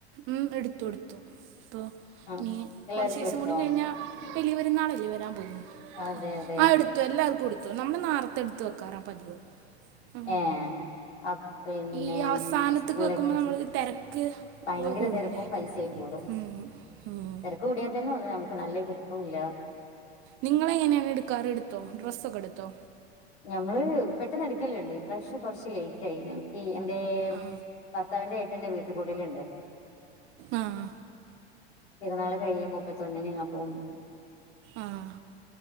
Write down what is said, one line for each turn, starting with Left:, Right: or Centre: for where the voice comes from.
Right: ഉം ഇട്ത്തു ഇട്ത്തു ഇപ്പൊ
Left: ആഹ്
Right: ഇഞ്ഞി
Left: എല്ലാർക്കും
Right: കൊർച്ചീസം
Left: എടുത്തോ
Right: കൂടി കഴിഞ്ഞാ വലിയ പെരുന്നാളല്ലെ വരാൻ പോവുന്നെ
Left: അതെ അതെ
Right: ആഹ് എട് ത്തു എല്ലാർക്കും ഇട്ത്തു ന്നമ്മള് ന്നാർത്തെ ഇട്ത്ത് വെക്കാറാ പതിവ് ഉം.
Left: ഏഹ് അപിന്നെ
Right: ഈ അവസാനത്തേക്ക്
Left: സ്കൂളിലേക്കും
Right: വെക്കുമ്പോൾ നമ്മൾ തിരക്ക്
Left: ഭയങ്കര
Right: കൂടൂലേ
Left: തെരക്കും പൈസയും കൂടും
Right: ഉം. ഉം.
Left: തെരക്ക് കൂടിയാത്തന്നെ ഒന്നും നമുക്ക് നല്ല കിട്ടൂല്ല
Right: നിങ്ങളെങ്ങനേണ് ഇട്ക്കാറ് എട്ത്തോ ഡ്രസ്സൊക്കെ എട്ത്തോ
Left: ഞമ്മള് പെട്ടെന്ന് എട്ക്കല്ണ്ട് ഈ പ്രാവശ്യം കെറച്ച് ലേറ്റ് ആയി ഞങ്ങ ഈ എന്റേ
Right: ആ
Left: ഭർത്താവിന്റെ ഏട്ടന്റെ വീട്ട്കൂടല്ണ്ട്
Right: ആഹ്
Left: പെര്ന്നാള് കഴിയ മുപ്പത്തൊന്ന്ന് അപ്പോ
Right: ആഹ്